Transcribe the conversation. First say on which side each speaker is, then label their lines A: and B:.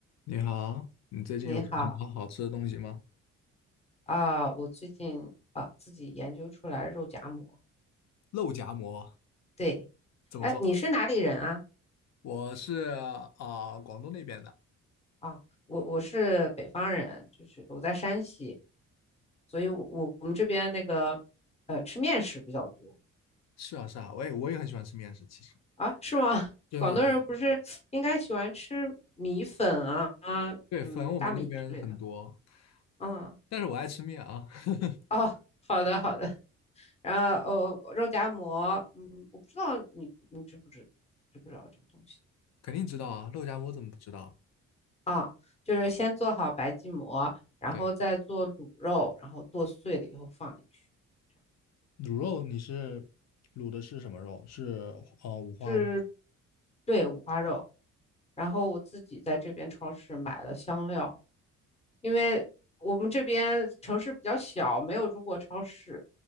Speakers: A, on the left; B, on the left.
A: 你好，你最近有做什么好吃的东西吗？
B: 你好啊，我最近啊自己研究出来肉夹馍。
A: 肉夹馍
B: 对，
A: 怎么做？
B: 哎，你是哪里人啊？
A: 我是啊、呃广东那边的。
B: 啊，我我是北方人，就是我在山西，所以我我我们这边那个呃吃面食比较多
A: 是啊，是啊，我也我也很喜欢吃面食，其实
B: 啊，是吗？<laughs>
A: 真的，
B: 广东人不是应该喜欢吃米粉啊啊嗯大米之类的，
A: 真的对，粉我们那边很多，
B: 嗯
A: 但是我爱吃面啊，<laughs>
B: 哦，好的好的，然后哦肉夹馍，嗯，我不知道你你知不知知不知道这个东西。
A: 肯定知道啊，肉夹馍怎么不知道？
B: 啊，就是先做好白吉馍，然后再做卤肉，
A: 对，
B: 然后剁碎了以后放进去，这样
A: 卤肉你是卤的是什么肉？是呃五花吗？
B: 是对五花肉。然后我自己在这边超市买了香料，因为我们这边城市比较小，没有中国超市，